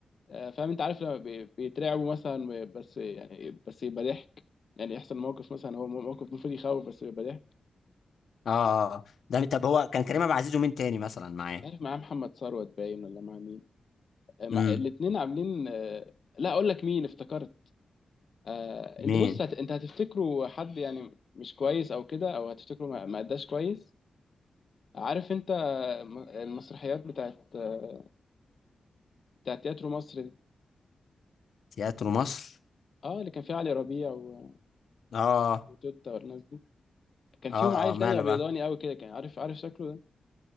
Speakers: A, on the left; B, on the left.
A: آه، فاهم انت عارف لما بي- بيترعبوا مثلا بس يعني بس يبقى ضحك يعني يحصل موقف مثلا هو مو- موقف المفروض يخوف بس يبقى ضحك
B: اه ده طب هو كان كريم عبد العزيز ومين تاني مثلا معاه
A: مش عارف معاه محمد ثروت باين ولا مع مين آه، مع
B: امم
A: الاتنين عاملين آه، لا اقول لك مين افتكرت آه، انت
B: مين
A: بص هت... انت هتفتكره حد يعني مش كويس او كده او هتفتكره ما ما اداش كويس عارف انت آه، م- المسرحيات بتاعت آه، بتاعت تياترو مصر دي
B: تياترو مصر
A: اه اللي كان فيها علي ربيع و-
B: اه
A: وتوتة والناس دي كان
B: اه
A: فيهم عيل
B: اه ماله
A: تاني ابيضاني
B: بقى
A: قوي كده كان عارف عارف شكله ده